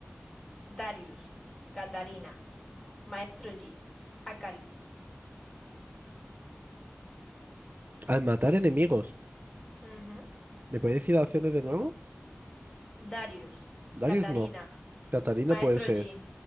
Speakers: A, on the left; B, on the right.
A: Darius, Katarina, Maestro Yi, Akali.
B: Al matar enemigos,
A: Ujú.
B: ¿me puedes decir las opciones de nuevo?
A: Darius,
B: Darius
A: Katarina,
B: no. Catarina
A: Maestro
B: puede ser.
A: Yi,